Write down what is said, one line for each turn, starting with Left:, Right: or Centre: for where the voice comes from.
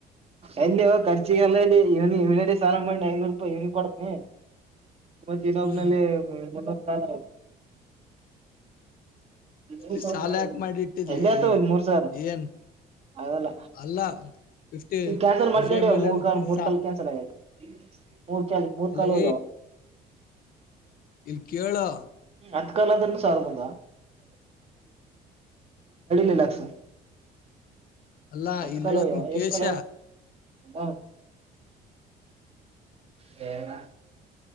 Right: ಅಲ್ಲಿ ಖರ್ಚಿಗೆಲ್ಲಲ್ಲಿ ಇವನಿ ಇವನಲ್ಲಿ ಸಾಲಿ ಐನೂರು ರೂಪಾಯಿ ಇವನಿ ಕೊಡತನಿ ಮತ್ತ ಇನ್ನೊಬ್ನಲ್ಲಿಂದೊ
Left: ಹ್ಮ್
Right: ಸ್ಥಾನ ಮೂಾವಿ
Left: ಈ ಸಾಲ ಯಾಕೆ ಮಾಡಿ ಇಟ್ಟಿದ್ಲಿ
Right: ಎಲ್ಲಿ ಆತ ಮೂರ್ ಸಾವಿರ
Left: ಏನ್
Right: ಅದಲ್ಲ
Left: ಅಲ್ಲ ಫಿಫ್ಟಿ
Right: ಈಗ ಕ್ಯಾನ್ಸಲ್ ಮಾಡ್ಕೊಂಡವ
Left: ವಿಜಯ ಮಲ್ಯನ್
Right: ಮೂ ಕಾಲ್ ಮೂರ್
Left: ಸಾಲ್
Right: ಕಾಲ್ ಕ್ಯಾನ್ಸಲ್ ಆಗತು ಮೂರ್ ಕ ಮೂರ್
Left: ಅಲೇ
Right: ಕಾಲೋ ಯ
Left: ಇಲ್ಲಿ ಕೇಳು
Right: ಆತ್ ಕಾಲ ಅದನ್ನು ಸಾರಭದ ಡಿಲಸ
Left: ಅಲ್ಲ
Right: ಅತ
Left: ಇಲ್ಲಿ
Right: ಕಾಲ
Left: ಹೇಳ್ತೀನಿ
Right: ಎಷ್ಟು
Left: ಕೇಶ
Right: ಕಾಲ ಹ ಬಣ